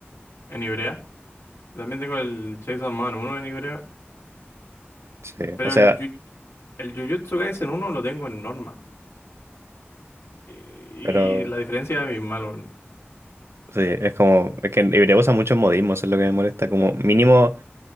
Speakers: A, on the left; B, on the right.
A: en Ibrea. También tengo el Chainsaw Man uno en Ibrea.
B: Sí,
A: Pero
B: o sea,
A: el, Ju- el Jujutsu Kaisen uno lo tengo en norma. Y,
B: pero
A: y la diferencia es bien malo. weón.
B: sí, es como, es que Ibrea usa muchos modismos, eso es lo que me molesta. Como mínimo